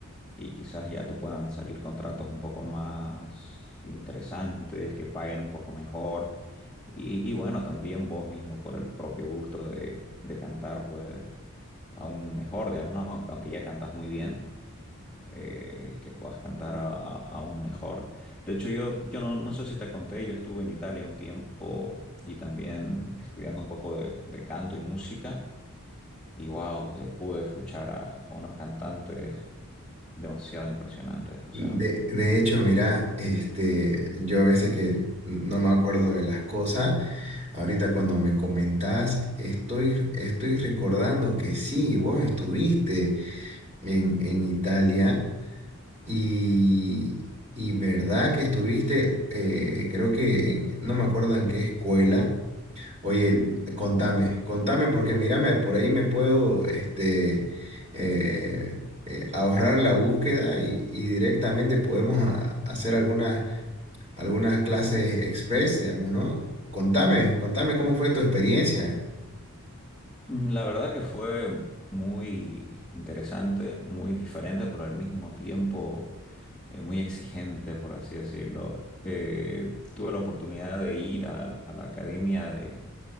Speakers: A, in the centre; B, on the right (about 30°).
A: y quizás ya te puedan salir contratos un poco más interesantes, que paguen un poco mejor. Y, y bueno, también vos mismo por el propio gusto de, de cantar, pues aún mejor, digamos, ¿no? Aunque ya cantas muy bien, eh, que puedas cantar a- a- aún mejor. De hecho, yo, yo no, no sé si te conté, yo estuve en Italia un tiempo y también estudiando un poco de, de canto y música. Y wow, pude escuchar a, a unos cantantes demasiado impresionantes, o
B: De,
A: sea.
B: de hecho, mira, este, yo a veces que no me acuerdo de las cosas, ahorita cuando me comentás, estoy, estoy recordando que sí, vos estuviste en, en Italia y, y verdad que estuviste, eh, creo que, en- no me acuerdo en qué escuela. Oye, contame,
A: ujú.
B: contame, porque mírame, por ahí me puedo este, eh, eh, ahorrar la búsqueda y, y directamente podemos a- hacer algunas, algunas clases express, digamos, ¿no? Contame, contame cómo fue tu experiencia.
A: Mm, La verdad que fue muy interesante, muy diferente, pero al mismo tiempo eh, muy exigente, por así decirlo. Eh, tuve la oportunidad de ir a, a la academia de,